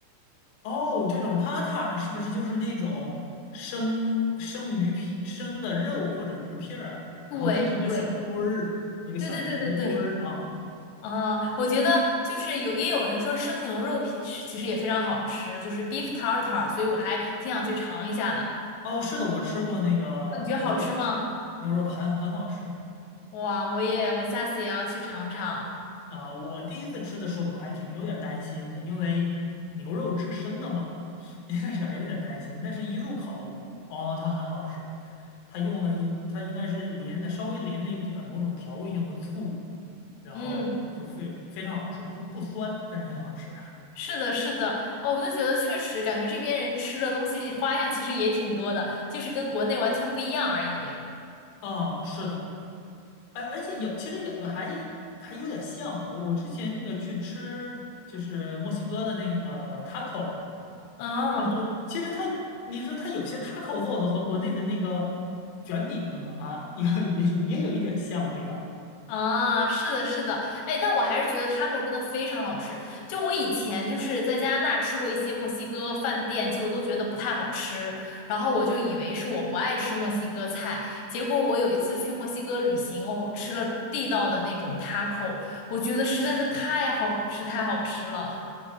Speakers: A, on the left; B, on the left.
A: 哦，这种 tatak 是不是就是那种生生鱼片、生的肉或者鱼片儿，
B: 对对
A: 然后堆成个小堆儿，一个小圆的堆儿啊？
B: 对对对对对，啊、我觉得就是有也有人说生牛肉片是其实也非常好吃，就是 beef tartar，所以我还挺想去尝一下的。
A: 哦，是的，我吃过那个牛肉的，
B: 啊，你觉得好吃吗？
A: 牛肉的很很好吃
B: 哇，我也，我下次也要去尝尝。
A: 啊。我第一次吃的时候，我还挺有点担心的，因为牛肉吃生的嘛，一开始还有点担心，但是一入口，哦，它很好吃。它用了一，它应该是淋了稍微淋了一点儿某种调味用的醋。然后就非非常好吃，
B: 嗯，
A: 不不酸，但是很好吃。
B: 是的，是的。哦，我就觉得确实感觉这边人吃的东西花样其实也挺多的，就是跟国内完全不一样而已。
A: 啊，是的，哎，而且有其实有的还还有点像啊我之前那个去吃就是墨西哥的那个 taco，
B: 嗯。
A: 然后其实它你说它有些 taco 做的和国内的那个卷饼啊，有也有也有一点像味道。
B: 啊，是的，是的，哎，但我还是觉得 taco 真的非常好吃。就我以前就是在加拿大吃过一些墨西哥饭店，其实我都觉得不太好吃，然后我就以为是我不爱吃墨西哥菜，结果我有一次去墨西哥旅行，哦，吃了地道的那种 taco，我觉得实在是太好吃，太好吃了。